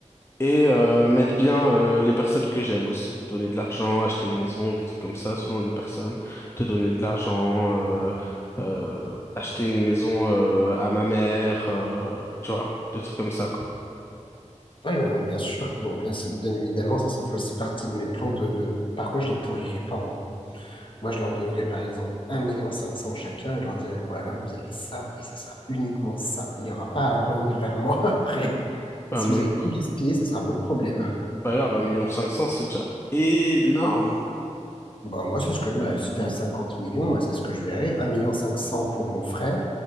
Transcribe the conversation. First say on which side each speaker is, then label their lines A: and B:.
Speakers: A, on the left; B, on the left.
A: Et euh, mettre bien euh, les personnes que j'aime aussi. Donner de l'argent, acheter une maison, des trucs comme ça, selon les personnes. Te donner de l'argent, euh, euh, acheter une maison euh, à ma mère, euh, tu vois, des trucs comme ça, quoi.
B: Ah oui, non, mais bien sûr. Bon, bien, sûr, bien évidemment, ça, ça fait aussi partie de mes plans de, de- Par contre, je les pourrirai pas. hein. Moi, je leur donnerais par exemple un million cinq cent mille chacun et je leur dirais, voilà, vous avez ça et ce sera uniquement ça. Il n'y aura pas à revenir vers moi <laughs> après.
A: Bah,
B: Si
A: mon-
B: vous avez tout gaspillé, ce sera votre problème.
A: bah grave, 1 500 000, c'est déjà énorme.
B: Bah, moi, c'est ce que, bah, si t'es à 50 millions, moi, c'est ce que je verrais. un million cinq cent mille pour mon frère,